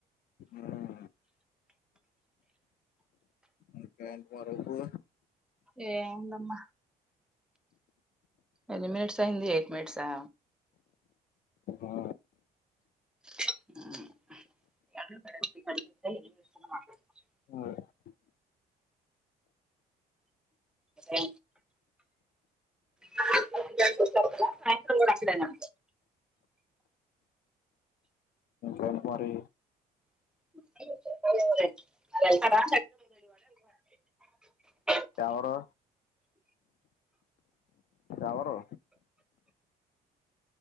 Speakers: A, on the left (about 60°); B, in the centre.
A: మ్మ్ ఇంకేంటి మరుపు
B: ఏముందన్న ఎన్ని మినిట్స్ అయింది ఎయిట్ మినిట్స్ సా
A: ఆ
B: మ్
A: అ
B: అే <unintelligible> సాయంత్రం కూడ అక్కడేనా
A: కేంటి మరి
B: <unintelligible> వెళ్తాడా <unintelligible>
A: ఎవరు ఎవరు